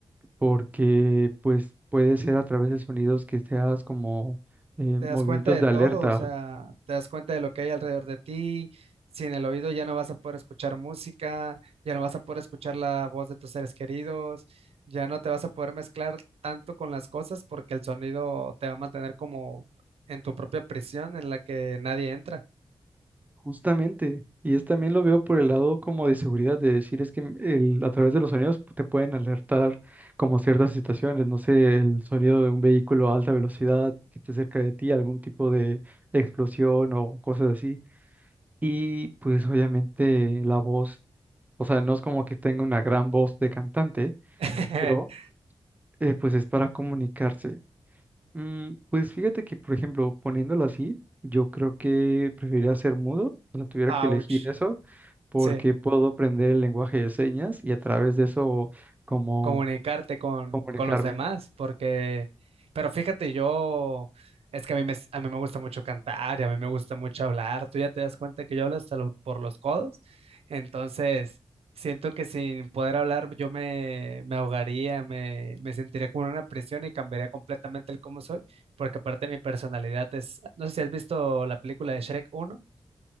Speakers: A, on the right; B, on the right.
A: porque pues puede ser a través de sonidos que seas como eh,
B: Te
A: movimientos
B: das cuenta de
A: de
B: todo,
A: alerta,
B: o sea, te das cuenta de lo que hay alrededor de ti. Sin el oído ya no vas a poder escuchar música, ya no vas a poder escuchar la voz de tus seres queridos, ya no te vas a poder mezclar tanto con las cosas porque el sonido te va a mantener como en tu propia prisión en la que nadie entra.
A: justamente. Y es también lo veo por el lado como de seguridad, de decir es que el, a través de los sonidos te pueden alertar como ciertas situaciones, no sé, el sonido de un vehículo a alta velocidad que esté cerca de ti, algún tipo de explosión o cosas así. Y pues obviamente la voz, o sea, no es como que tenga una gran voz de cantante,
B: <laughs>
A: pero eh, pues es para comunicarse. Mm, pues fíjate que, por ejemplo, poniéndolo así, yo creo que preferiría ser mudo, o sea, tuviera
B: Ouch.
A: que elegir eso, porque
B: Sí.
A: puedo aprender el lenguaje de señas y a través de eso como
B: comunicarte con,
A: comunicarme.
B: con los demás, porque, pero fíjate, yo, es que a mí, me, a mí me gusta mucho cantar y a mí me gusta mucho hablar, tú ya te das cuenta que yo hablo hasta lo- por los codos, entonces siento que sin poder hablar yo me, me ahogaría, me, me sentiría como en una prisión y cambiaría completamente el cómo soy, porque aparte mi personalidad es, no sé si has visto la película de Shrek uno